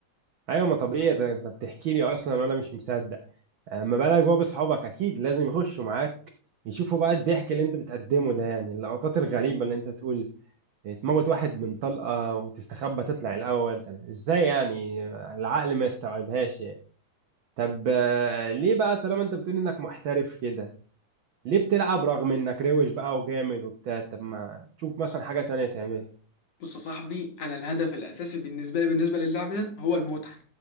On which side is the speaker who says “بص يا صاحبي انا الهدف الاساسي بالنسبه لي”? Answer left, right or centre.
Left